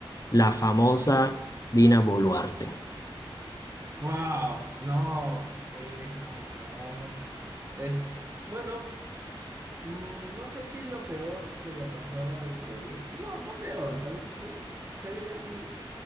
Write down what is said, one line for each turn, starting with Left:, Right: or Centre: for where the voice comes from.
Left: la famosa Dina Boluarte.
Right: Wow, no, esa mujer es, bueno, mm, no sé si lo peor que le ha pasado al Perú, no, no peor, tal vez o sea, no- sería ya muy,